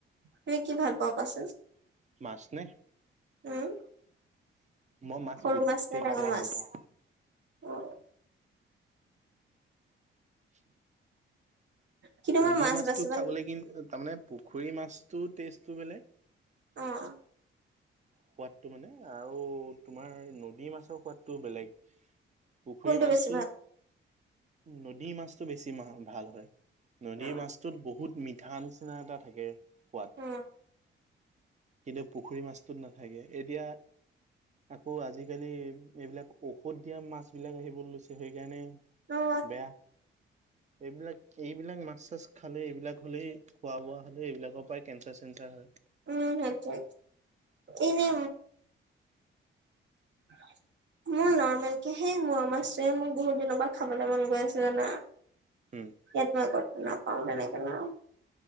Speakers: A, on the right; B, on the right.
A: তুমি কি ভাল পোৱা কোৱাচোন,
B: মাছ নে
A: উম।
B: মই
A: সৰু
B: গোটেই
A: মাছ
B: কেইটাই
A: নে ডাঙৰ মাছ,
B: ভাল পাওঁ।
A: অ'। <inaudible>
B: <inaudible>
A: কিন্তু মই
B: নদীৰ
A: মাছ
B: মাছটো
A: বাচিব
B: খাবলৈ কিন্তু তাৰমানে পুখুৰীৰ মাছটো টেষ্টটো বেলেগ
A: অ'।
B: সোৱাদটো মানে আৰু তোমাৰ নদীৰ মাছৰ সোৱাদটোও বেলেগ। পুখুৰী
A: কোনটো
B: মাছটো
A: বেছি ভাল।
B: নদীৰ মাছটো বেছি ভাল হয়, নদীৰ
A: অ
B: মাছটোত বহুত মি ঠা নিচিনা এটা থাকে সোৱাদ,
A: অ
B: কিন্তু পুখুৰীৰ মাছ নাথাকে এতিয়া আকৌ আজিকালি এইবিলাক ঔষধ দিয়া মাছবিলাক আহিব লৈছে সেইকাৰণে
A: অ
B: বেয়া এইবিলাক-এইবিলাক মাছ খালে এইবিলাক হ'লেই খোৱা বোৱা হ'লে, এই এইবিলাকৰ পৰাই কেঞ্চাৰ চেঞ্চাৰ হয়।
A: উম, সেইটোৱে, এই যে <inaudible> মোৰ নৰ্মেলকৈ সেই মোৱা মাছটোৱে মোক বহুত দিনৰ পৰা খাবলৈ মন গৈ আছে, জানা।
B: উম
A: এইটো আকৌ নাপাও তেনেকে ন।